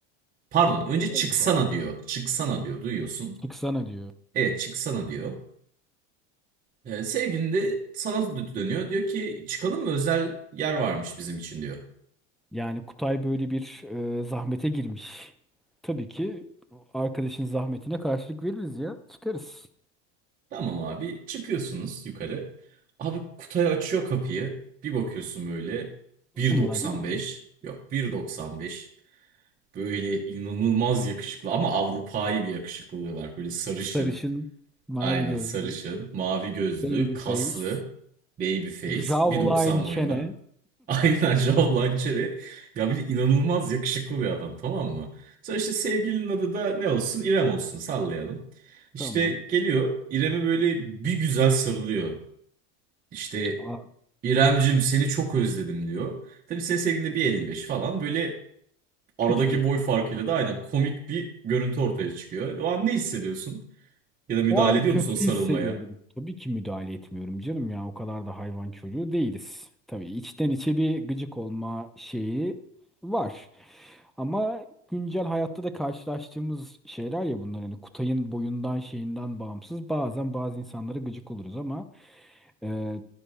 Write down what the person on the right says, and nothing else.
Pardon önce çıksana
diyor. Çıksana diyor duyuyorsun.
Evet çıksana diyor. Ee, sevgilin de sana dö- dönüyor. Diyor ki çıkalım mı özel yer varmış bizim için diyor.
Tamam abi çıkıyorsunuz yukarı. Abi Kutay açıyor kapıyı. Bir bakıyorsun böyle 1.95
yok 1.95 böyle inanılmaz yakışıklı ama Avrupa'yı bir yakışıklılığı var. Böyle sarışın
aynen
sarışın mavi gözlü
kaslı
baby face
1.90
boyunda. <laughs> Aynen Joao Lançeri. Ya bir de inanılmaz yakışıklı bir adam tamam mı? Sonra işte sevgilinin adı da ne olsun? İrem olsun sallayalım. İşte
geliyor İrem'e böyle bir güzel sarılıyor. İşte
İremcim seni çok özledim diyor. Tabii senin sevgilin de 1.55 falan böyle aradaki
boy farkıyla da aynen komik bir görüntü ortaya çıkıyor. O an ne hissediyorsun? Ya da müdahale
ediyor
musun o sarılmaya?